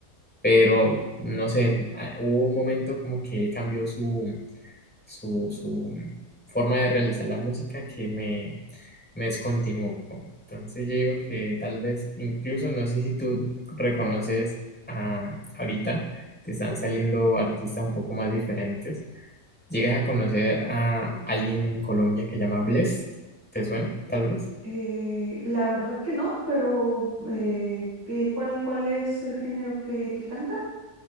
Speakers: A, in the centre; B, on the right (about 80°).
A: pero no sé, ah, hubo un momento como que él cambió su su, su forma de realizar la música que me, me descontinuó. Entonces yo digo que tal vez, incluso no sé si tú reconoces a, ahorita que están saliendo artistas un poco más diferentes. ¿Llegas a conocer a alguien en Colombia que llama Blest? ¿Te suena, tal vez?
B: Eh, la verdad que no, pero eh, ¿qué- ¿cuál, cuál es el género que, que canta?